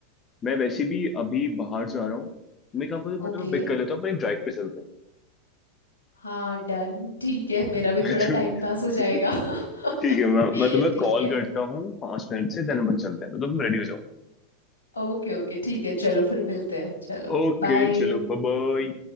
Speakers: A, on the left; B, on the left.
A: मैं वैसे भी अभी बाहर जा रहा हूँ तुम्हें काम करो मैं
B: ओके
A: तुम्हें पिक कर लेता हूँ पर ड्राइव पे चलते
B: हाँ डन <laughs> ठीक है मेरा भी थोड़ा
A: हैं
B: टाइम पास हो
A: <laughs>
B: जाएगा
A: ठीक
B: <laughs>
A: है मैं मैं तुम्हें
B: ठीक
A: कॉल
B: है
A: करता हूँ पांच मिनट से देन अपन चलते हैं तो तुम रेडी हो जाओ
B: ओके ओके ठीक है चलो फिर मिलते हैं चलो
A: ओके
B: बाय
A: चलो बाय